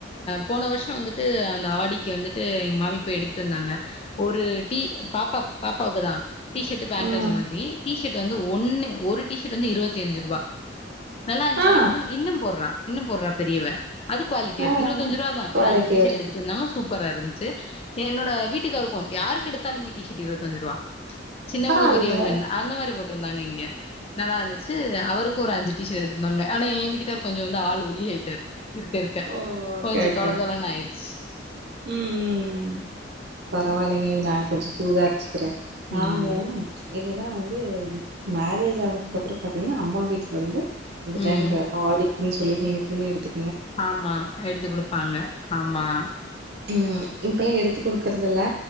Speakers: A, on the left; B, on the right.
A: போன வருஷம் வந்துட்டு அந்த ஆடிக்கு வந்துட்டு எங்க மாமிப்போய் எடுத்துட்டு வந்தாங்க ஒரு டீ பாப்பா பாப்பாவுக்குதான் டீஷர்ட் பேண்ட்
B: ம்
A: அந்த மாதிரி டிீஷர்ட் வந்து ஒண்ணு ஒரு டீஷ்ட் வந்து இருபத்தி அஞ்சு ரூபாய் நல்லா இருந்துச்
B: ஆ
A: இன்னும்ன்னும் போட்றா இன்னு போற்றா பெரியவ அது குவாலிட்டியார்க்
B: ஆ
A: இரு த்தஞ்சூருவா தா
B: குவாலிட்டியா
A: ஒரு அஞ்சு டீஷட்
B: இருக்கு
A: எடுத்துட்டு வந்னா சூப் ப்ரா இருந்சு என்னோட வீட்டுக்காருக்கோ யாருக்கெடுத்தாலுமே டிஷட்டு இருவத்தஞ்ச்ருவா சின்னவங்க
B: பரவாயில்லையே
A: பெரியவங்கன அந்த மாரி போட் றுந்தாங்க இங்க நல்லா இருந்துச்சு அவருக்கு ஒரு அஞ்சு டீஷட் எட்த்துர்ந்தாங்க ஆனா எ வீட்டுக்கார் கொஞ்சொ வந்து ஆள் ஒல்லி ஆய்ட்டாரு இருக்க இருக்க
B: ஓ ஓகே
A: கொஞ்சொ
B: ஓகே
A: தொலதொலன்
B: ஓகே
A: ஆய்ருச்
B: ம் பரவாலிங்க நா கொஞ்சொ சூதார்ச் க்ற நாங்க
A: ம்
B: ச்ச் என்னெனா வந்து இப் மேரேஜ் ஆனதுக்கு அப்றொ பாத்தீங்னா அம்மா வீட்ல வந்து அந்த
A: ம்
B: டைம்ல ஆடி நீங் சொல்லீர்ந்தீங்க துணி எடுத்து
A: ஆமா எடுத்து குடுப்பாங்க ஆமா
B: ம் இப்பலா எடுத்து குடுக்கற்தில்ல